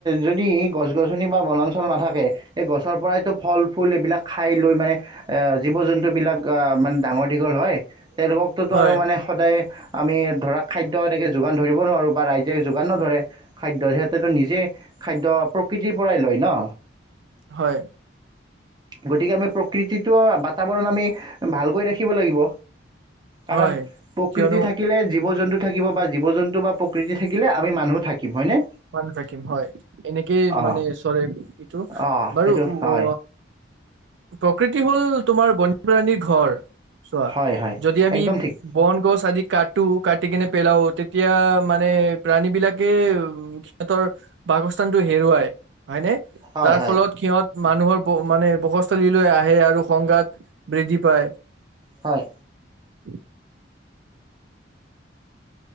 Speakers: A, on the right; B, on the right.
A: যদি গছ গছনি বা বনাঞ্চল নাথাকে এই গছৰ পৰাইতো ফল ফুল এইবিলাক খাই লৈ মানে এ জীৱ জন্তু বিিলাক আহ মানে ডাঙৰ দীঘল হয় তেওঁলোককতোতো
B: হয়
A: আৰু মানে সদায় আমি ধৰক খাদ্য এনেকৈ যোগান ধৰিব নোৱাৰোঁ বা ৰাইজ নিজে যোগান ন ধৰে খাদ্য সিহঁতেতো নিজে খাদ্য প্ৰকৃতিৰ পৰাই লয় ন
B: হয়
A: গতিকে আমি প্ৰকৃতিটো বাতাবৰণ আমি ভালকৈ ৰাখিব লাগিব কাৰণ
B: হয়
A: প্ৰকৃতি
B: কিয়নো
A: থাকিলে জীৱ জন্তু থাকিব বা জীৱ জন্তু বা প্ৰকৃতি থাকিলে আমি মানুহ থাকিম হয় নে
B: মান থাকিম হয় এনেকেই মানে
A: অঁ
B: চৰে এইটো
A: অ'
B: বাৰু
A: এইটো হয়,
B: অ প্ৰকৃতি হ'ল তোমাৰ বন্যপ্ৰাণীৰ ঘৰ চোৱা
A: হয়, হয়,
B: যদি আমি
A: একদম ঠিক।
B: বন গছ আদি কাটোো ক কাটি কিনে পেলাও তেতিয়া মানে প্ৰাণী বিলাকে উ সিহঁতৰ বাসস্থানটো হেৰুৱাই হয়নে
A: হয়,
B: তাৰ
A: হয়।
B: ফলত সিহঁত মানুহৰ মানে বসস্থলীলৈ আহে আৰু সংঘাত বৃদ্ধি পায়
A: হয়
B: উ